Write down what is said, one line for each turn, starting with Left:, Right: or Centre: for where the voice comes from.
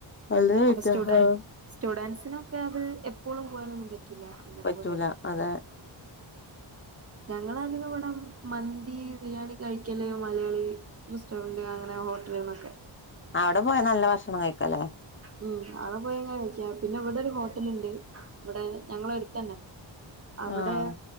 Left: നല്ല റേറ്റാ
Right: അപ്പസ്റ്റുഡന്റ്
Left: ആഹ്
Right: സ്റ്റുഡന്റ്സിനൊക്കെ അത് എപ്പോളും പൂവാനൊന്നും പറ്റൂല്ല വല്ലപ്പോഴ
Left: പറ്റൂല അതെ
Right: ഞങ്ങളധികം ഇവടം മന്തി ബിരിയാണി കഴിക്കല് മലയാളിറെസ്റ്റോറന്റ് അങ്ങനെ ഹോട്ടലിന്നൊക്കെ
Left: അവടെ പോയാന്നല്ല ഭക്ഷണം കയ്ക്കാല്ലേ
Right: ഉം അവടെ പോയയ്ഞ്ഞാ കൈക്കാ പിന്നഇവടൊരു ഹോട്ടല്ണ്ട് ഇവടെ ഞങ്ങളെ എടുത്തന്നെ അവടെ
Left: ആഹ്